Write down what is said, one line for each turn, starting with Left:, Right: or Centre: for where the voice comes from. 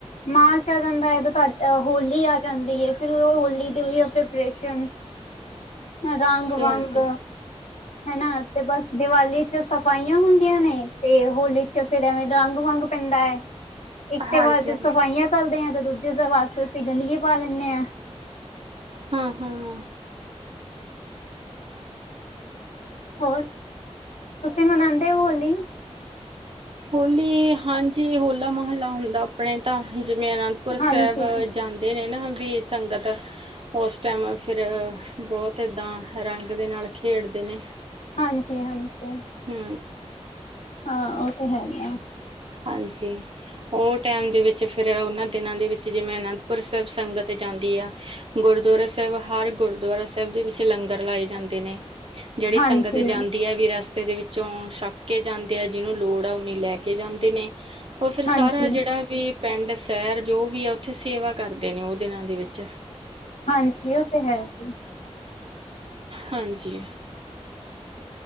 Left: ਮਾਰਚ ਆ ਜਾਂਦਾ ਐ ਤਾਡ ਹੋਲੀ ਆ ਜਾਂਦੀ ਏ ਫੇਰ ਹੋਲੀ ਪ੍ਰਪਰੇਸ਼ਨ, ਰੰਗ ਵੰਗ।
Right: ਹਾਂਜੀ।
Left: ਹੈਨਾ 'ਤੇ ਬਸ ਦੀਵਾਲੀ 'ਚ ਸਫ਼ਾਈਆਂ ਹੁੰਦੀਆਂ ਨੇ ਤੇ ਹੋਲੀ 'ਚ ਫੇਰ ਐਵੇਂ ਰੰਗ ਵੰਗ ਪੈਂਦਾ ਐ, ਇੱਕ ਤਿਉਹਾਰ
Right: ਹਾਂਜੀ-ਹਾਂਜੀ
Left: 'ਚ ਸਫਾਈਆਂ ਚੱਲਦੇ ਆ 'ਤੇ ਦੂਜੇ ਵਸ ਅਸੀਂ ਗੰਦਗੀ ਪਾ ਲੈਂਨੇ ਆ।
Right: ਹੂੰ-ਹੂੰ।
Left: ਹੋਰ, ਤੁਸੀਂ ਮਨਾਂਦੇ ਹੋਲੀ?
Right: ਹੋਲੀ ਹਾਂਜੀ ਹੋਲਾ ਮਹੱਲਾ ਹੁੰਦਾ ਆਪਣੇ ਤਾਂ ਜਿਵੇਂ ਅਨੰਦਪੁਰ
Left: ਹਾਂਜੀ
Right: ਸੇਅਬ ਜਾਂ ਦੇ ਨੇ ਨਾ ਵੀ ਸੰਗਤ ਉਸ ਟਾਈਮ ਫਿਰ ਬੋਤ ਏਦਾਂ ਰੰਗ ਦੇ ਨਾਲ ਖੇਡਦੇ ਨੇ।
Left: ਹਾਂਜੀ-ਹਾਂਜੀ।
Right: ਹੂੰ।
Left: ਹਾਂ ਓ 'ਤੇ ਹੈਗੀ ਆ।
Right: ਹਾਂਜੀ। ਓ ਟਾਈਮ ਦੇ ਵਿੱਚ ਫਿਰ ਉਨਾਂ ਦਿਨਾਂ ਦੇ ਵਿੱਚ ਜਿਵੇਂ ਅਨੰਦਪੁਰ ਸੇਅਬ ਸੰਗਤ ਜਾਂਦੀ ਆ। ਗੁਰਦੁਆਰਾ ਸੇਅਬ ਹਰ ਗੁਰਦੁਵਾਰਾ ਸੇਅਬ ਦੇ ਵਿੱਚ ਲੰਗਰ ਲਾਏ ਜਾਂਦੇ ਨੇ। ਜੇੜੀ
Left: ਹਾਂਜੀ
Right: ਸੰਗਤ ਜਾਂਦੀ ਆ ਵੀ ਰਸਤੇ ਦੇ ਵਿੱਚੋਂ ਛੱਕ ਕੇ ਜਾਂਦੇ ਆ ਜਿਨੂੰ ਲੋੜ ਆ ਉਨੀ ਲੈ ਕੇ 'ਤੇ ਨੇ ਓ ਫਿਰ
Left: ਹਾਂਜੀ
Right: ਸਾਰਾ ਜੇੜਾ ਵੀ ਪਿੰਡ, ਸੈਰ ਜੋ ਵੀ ਆ ਉੱਥੇ ਸੇਵਾ ਕਰਦੇ ਨੇ ਓ ਦਿਨਾਂ ਦੇ ਵਿੱਚ।
Left: ਹਾਂਜੀ ਓ 'ਤੇ ਹੈ ਵੇ।
Right: ਹਾਂਜੀ।